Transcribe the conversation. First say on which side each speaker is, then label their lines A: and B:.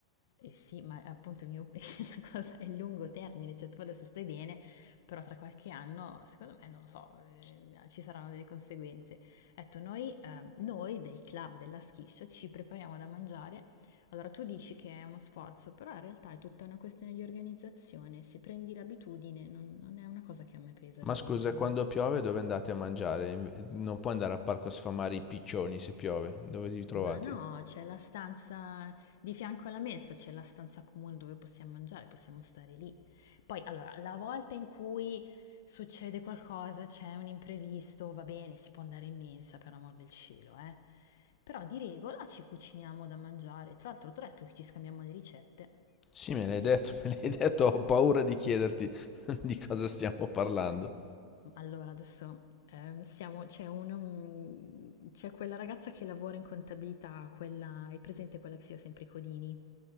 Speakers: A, on the left; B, on the left.
A: Eh sì, ma appunto il mio, <laughs> la cosa è il lungo termine, cioè tu adesso stai bene, però tra qualche anno, secondo me, non lo so, eh, ci saranno delle conseguenze. Ho detto, noi, eh, noi del club della schiscia ci prepariamo da mangiare. Allora tu dici che è uno sforzo, però in realtà è tutta una questione di organizzazione. Se prendi l'abitudine, non, non è una cosa che a me pesa,
B: Ma
A: ad esempio.
B: scusa, quando piove dove andate a mangiare? Non puoi andare al parco a sfamare i piccioni se piove. Dove vi trovate?
A: Ma no, c'è la stanza di fianco alla mensa, c'è la stanza comune dove possiamo mangiare, possiamo stare lì. Poi, allora, la volta in cui succede qualcosa, c'è un imprevisto, va bene, si può andare in mensa, per amor del cielo, eh. Però di regola ci cuciniamo da mangiare. Tra l'altro, ti ho detto che ci scambiamo le ricette.
B: Sì, me l'hai detto, <laughs> me l'hai detto, ho paura di chiederti <laughs> di cosa stiamo parlando.
A: Allora adesso, ehm, siamo c'è uno mhmm, c'è quella ragazza che lavora in contabilità, quella hai presente quella che si chiama sempre Codini?